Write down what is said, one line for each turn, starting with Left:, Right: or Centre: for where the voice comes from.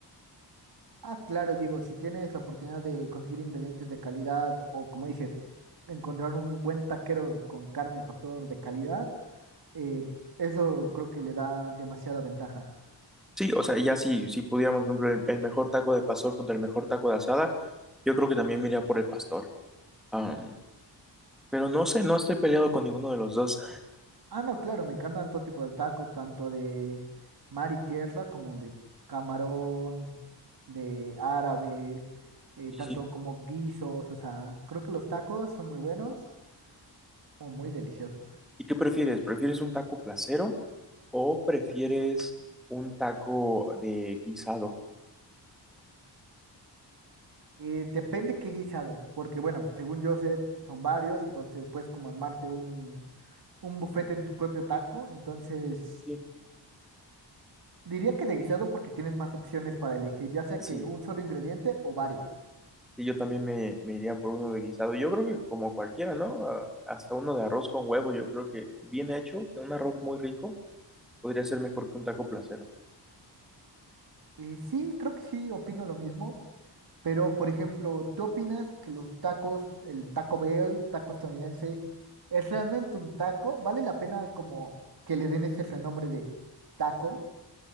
Right: Ah, claro, digo, si tienes la oportunidad de conseguir ingredientes de calidad o, como dices, encontrar un buen taquero de- con carne al pastor de calidad, eh, eso creo que le da demasiada ventaja.
Centre: Sí, o sea, ya sí, si pudiéramos, por ejemplo, el, el mejor taco de pastor contra el mejor taco de asada, yo creo que también me iría por el pastor. Am, pero no sé, no estoy peleado con ninguno de los dos.
Right: Ah, no, claro, me encantan todo tipo de tacos, tanto de mar y tierra como de camarón, de árabe, eh,
Centre: Sí.
Right: tanto como guisos, o sea, creo que los tacos son muy buenos o muy deliciosos.
Centre: ¿Y qué prefieres? ¿Prefieres un taco placero? ¿O prefieres un taco de guisado?
Right: Eh, depende qué guisado, porque bueno, según yo sé, son varios, entonces puedes como armarte un, un buffet en tu propio taco, entonces
Centre: Sí,
Right: diría que de guisado porque tienes más opciones para elegir, ya sea
Centre: sí,
Right: que un solo ingrediente o varios.
Centre: sí, yo también me, me iría por uno de guisado. Yo creo que como cualquiera, ¿no? A- Hasta uno de arroz con huevo, yo creo que bien hecho, que un arroz muy rico, podría ser mejor que un taco placero.
Right: Y sí, creo que sí, opino lo mismo. Pero, por ejemplo, ¿tú opinas que los tacos, el Taco Bell, taco estadounidense, es realmente un taco? ¿Vale la pena como que le den ese renombre de taco?